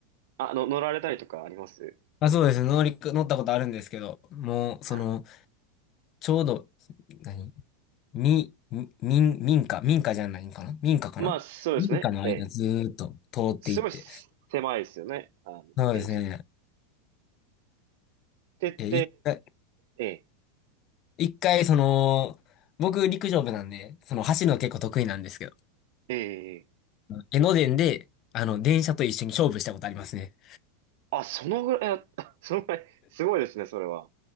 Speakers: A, on the right (about 65°); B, on the left (about 45°).
A: あ、の、乗られたりとかあります
B: あ、そうです。乗り、乗ったことあるんですけど、もう、その、
A: あ
B: ちょうど、何み、み、民民家、民家じゃないんかな民家かな民家の間ずーっと通っていって。
A: まあ、そうですね。ええすごい狭いですよね。あの、
B: そうですね。
A: ページ。って
B: いや、一回、
A: て、ええ
B: 一回、その、僕陸上部なんで、その走るの結構得意なんですけど、
A: ええええ
B: 江ノ電で、あの、電車と一緒に勝負したことありますね。
A: あ、そのぐらい、あ <laughs> そのぐらい、すごいですね、それは。